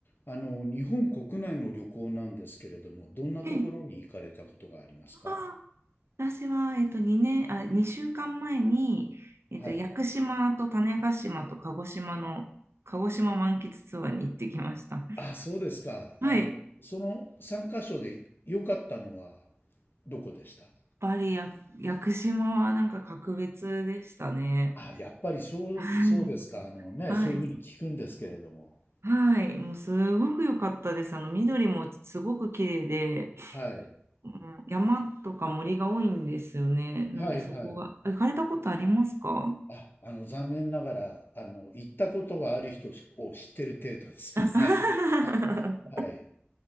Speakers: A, on the left; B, on the right.
A: あの、日本国内の旅行なんですけれども、どんなところに行かれたことがありますか
B: ええ、ああ、私は、えっと、2年、あ、2週間前に、えっと、
A: はい。
B: 屋久島と種子島と鹿児島の、鹿児島満喫ツアーに行ってきました。
A: あ、そうですか。
B: はい。
A: あの、
B: やっ
A: その3カ所で良かったのはどこでした
B: ぱりや屋久島はなんか格別でしたね。
A: あ、やっぱりそう、
B: はい。
A: そうですか。あのね、
B: はい。
A: そういうふうに聞くんですけれども。
B: はい。もうすごく良かったです。あの、緑もすごく綺麗で、
A: はい。
B: うん山とか森が多いんですよね。なんでそこが、
A: はいはい。
B: あ行かれたことありますか
A: あ、あの、残念ながら、あの、行ったことがある人を知ってる程度です。
B: あ <laughs>
A: <laughs> はい。はい。